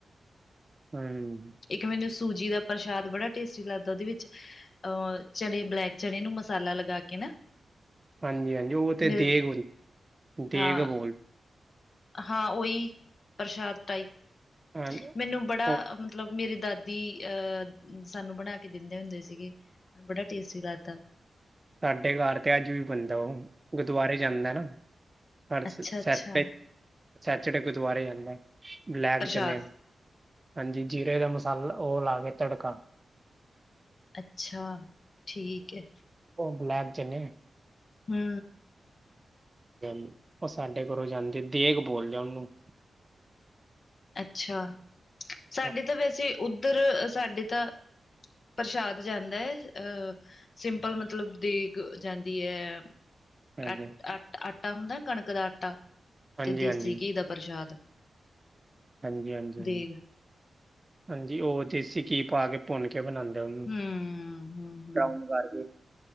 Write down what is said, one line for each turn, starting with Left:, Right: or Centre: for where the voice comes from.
Right: ਹਮ
Left: ਇੱਕ ਮੈਨੂੰ ਸੂਜੀ ਦਾ ਪ੍ਰਸ਼ਾਦ ਬੜਾ ਟੇਸਟੀ ਲੱਗਦਾ ਉਹਦੇ ਵਿੱਚ ਅਹ ਚਣੇ ਬਲੈਕ ਚਣੇ ਨੂੰ ਮਸਾਲਾ ਲਗਾ ਕੇ ਨਾ
Right: ਹਾਂਜੀ, ਹਾਂਜੀ ਓ ਤੇ
Left: ਮੇਰੇ
Right: ਦੇਗ, ਦੇਗ
Left: ਹਾਂ
Right: ਬੋਲ
Left: ਹਾਂ ਓਈ ਪ੍ਰਸ਼ਾਦ ਟਾਈਪ
Right: ਹਾਂ
Left: ਮੈਨੂੰ ਬੜਾ
Right: ਉਹ
Left: ਮਤਲਬ ਮੇਰੀ ਦਾਦੀ ਅ ਸਾਨੂੰ ਬਣਾ ਕੇ ਦੇਂਦੇ ਹੁੰਦੇ ਸੀਗੇ। ਬੜਾ ਟੇਸਟੀ ਲੱਦਾ
Right: ਸਾਡੇ ਘਰ ਤੇ ਅੱਜ ਵੀ ਬਣਦਾ ਓ, ਗੁਰਦੁਆਰੇ ਜਾਂਦਾ ਨਾ ਹਰਸ
Left: ਅੱਛਾ
Right: ਸੈਚਡੇ
Left: ਅੱਛਾ
Right: ਗੁਰਦੁਆਰੇ ਜਾਂਦਾ ਬਲੈਕ
Left: ਪ੍ਰਸ਼ਾਦ
Right: ਚਨੇ, ਹਾਂਜੀ ਜੀਰੇ ਦਾ ਮਸਾਲਾ ਓ ਲਾ ਕੇ ਤੜਕਾ
Left: ਅੱਛਾ, ਠੀਕ ਐ।
Right: ਓ ਬਲੈਕ ਚਨੇ
Left: ਹੂੰ।
Right: <unintelligible> ਓ ਸਾਡੇ ਘਰੋਂ ਜਾਂਦੀ, ਦੇਗ ਬੋਲਦੇ ਆ ਓਨੂੰ।
Left: ਅੱਛਾ, ਸਾਡੇ
Right: ਹਾਂਜੀ
Left: ਤਾਂ ਵੈਸੇ ਉੱਧਰ ਸਾਡੇ ਤਾਂ ਪ੍ਰਸ਼ਾਦ ਜਾਂਦਾ ਐ ਅਹ ਸਿੰਪਲ, ਮਤਲਬ ਦੇਗ ਜਾਂਦੀ ਐ।
Right: ਹਾਂਜੀ
Left: ਅ ਆਟਾ ਹੁੰਦਾ ਕਣਕ ਦਾ ਆਟਾ
Right: ਹਾਂਜੀ
Left: ਤੇ ਦੇਸੀ
Right: ਹਾਂਜੀ
Left: ਘੀ ਦਾ ਪ੍ਰਸ਼ਾਦ
Right: ਹਾਂਜੀ-ਹਾਂਜੀ-ਹਾਂਜੀ।
Left: ਦੇਗ
Right: ਹਾਂਜੀ, ਉਹ ਦੇਸੀ ਘੀ ਪਾ ਕੇ ਭੁੰਨ ਕੇ ਬਨਾਂਦੇ ਓਨੂੰ,
Left: ਹਮ ਹਮ ਹਮ
Right: ਬਰਾਊਨ ਕਰਕੇ